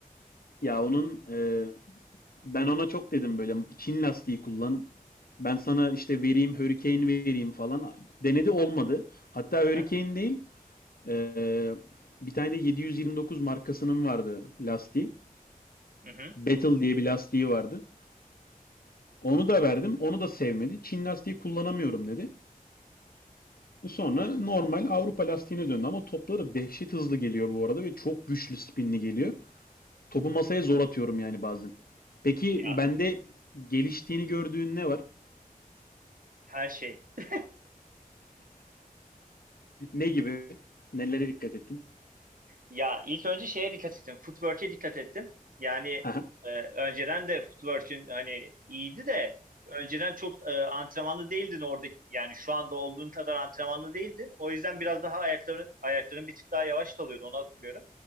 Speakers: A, on the left; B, on the right.
A: Ya onun e, ben ona çok dedim böyle Çin lastiği kullan. Ben sana işte vereyim Hurricane vereyim falan. Denedi olmadı. Hatta
B: Aha.
A: Hurricane değil e, bir tane de 729 markasının vardı lastiği.
B: Hı hı.
A: Battle diye bir lastiği vardı. Onu da verdim. Onu da sevmedi. Çin lastiği kullanamıyorum dedi. Sonra normal Avrupa lastiğine döndü ama topları dehşet hızlı geliyor bu arada ve çok güçlü spinli geliyor. Topu masaya zor atıyorum yani bazen. Peki
B: Ya
A: bende geliştiğini gördüğün ne var?
B: her şey. <laughs>
A: Ne gibi? Nelere dikkat ettin?
B: Ya ilk önce şeye dikkat ettim, Footwork'e dikkat ettim. Yani
A: <laughs> Aha,
B: e, önceden de footwork'ün hani iyiydi de önceden çok e, antrenmanlı değildin orada. Yani şu anda olduğun kadar antrenmanlı değildin. O yüzden biraz daha ayakların ayakların bir tık daha yavaş kalıyordu. Onu hatırlıyorum.